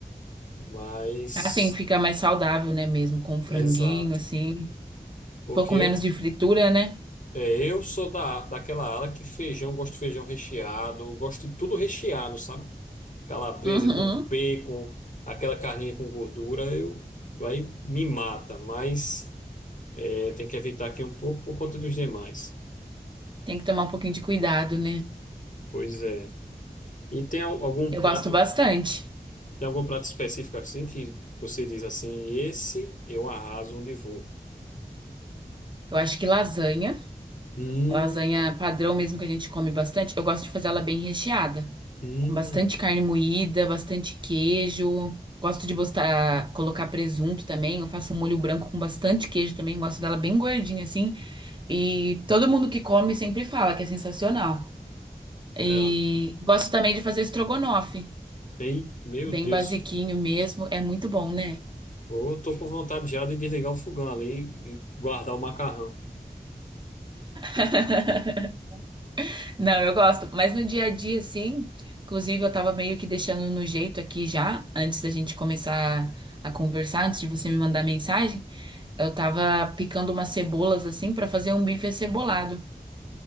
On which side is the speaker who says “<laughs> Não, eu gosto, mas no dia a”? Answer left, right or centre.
Right